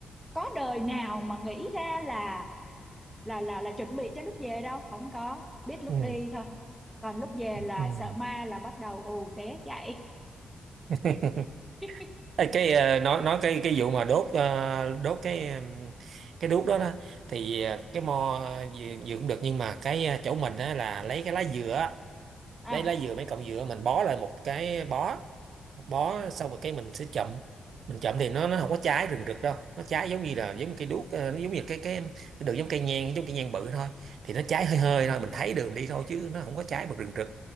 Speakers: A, in the centre; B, on the right.
A: có đời nào mà nghĩ ra là là là là chuẩn bị cho lúc về đâu không có biết lúc
B: ừ.
A: đi thôi còn lúc về
B: Ừ.
A: là sợ ma là bắt đầu ù té chạy
B: <laughs>
A: <laughs>
B: Ê, cái ờ, nói nói cái cái vụ mà đốt ờ, đốt cái ờ, cái đuốc đó đó thì ờ, cái mo ờ, gì gì cũng được nhưng mà cái ờ, chỗ mình á là lấy cái lá dừa á,
A: à
B: đây lá dừa mấy cọng dừa mình bó lại một cái bó một bó xong rồi cái mình sẽ chậm mình chậm thì nó nó không có trái rừng rực đâu nó trái giống như là giống như cây đuốc ờ, nó giống như cái cái cái đường giống cây nhang giống cây nhang bự thôi thì nó trái hơi hơi thôi mình thấy đường đi thôi chứ nó không có trái mà rừng rực